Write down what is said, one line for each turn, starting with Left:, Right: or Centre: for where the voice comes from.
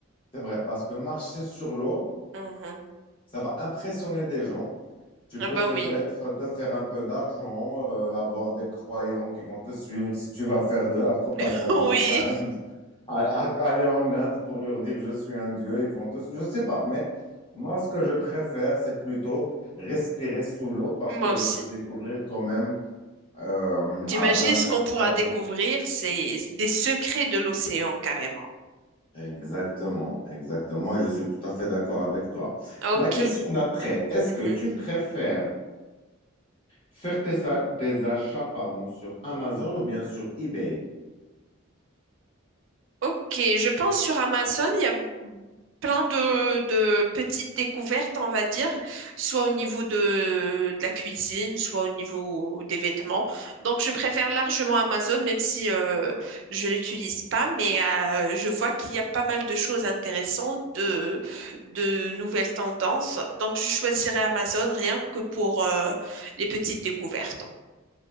Left: c'est vrai, parce que marcher sur l'eau,
Right: Mhm.
Left: ça va impressionner des gens. Tu
Right: Ah
Left: peux
Right: ben
Left: peut-être
Right: oui,
Left: euh, te faire un peu d'argent, euh, avoir des croyants qui vont te suivre si tu vas faire de la propagande
Right: <laughs> oui,
Left: en Inde, à- à- aller en Inde pour leur dire je suis un dieu, ils vont te suivre. Je sais pas, mais moi ce que je préfère, c'est plutôt respirer sous l'eau parce
Right: moi
Left: que je
Right: aussi.
Left: peux découvrir quand même euh,
Right: T'imagines
Left: à 20 mètres
Right: ce qu'on pourra
Left: à 10
Right: découvrir, c'est des secrets de l'océan carrément.
Left: Exactement, exactement, et je suis tout à fait d'accord avec toi.
Right: Ok.
Left: La question d'après, est-ce
Right: Mhm.
Left: que tu préfères Faire tes, a- tes achats, pardon, sur Amazon ou bien sur eBay?
Right: Ok, je pense sur Amazon, il y a plein de, de petites découvertes, on va dire, soit au niveau de, de la cuisine, soit au niveau des vêtements. Donc, je préfère largement Amazon, même si euh, je l'utilise pas, mais euh, je vois qu'il y a pas mal de choses intéressantes, de, de nouvelles tendances. Donc, je choisirais Amazon rien que pour euh, les petites découvertes.